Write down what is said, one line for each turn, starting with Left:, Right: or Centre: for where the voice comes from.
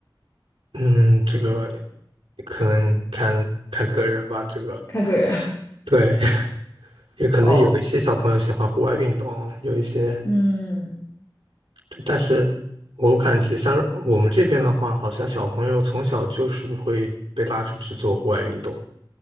Right: 嗯，这个可能看看个人吧，这个。
Left: 看个人
Right: 对，也可能有一些小朋友喜欢户外运动，
Left: <laughs> 哦。
Right: 有一些，
Left: 嗯，
Right: 对，但是我感觉像我们这边的话，好像小朋友从小就是会被拉出去做户外运动。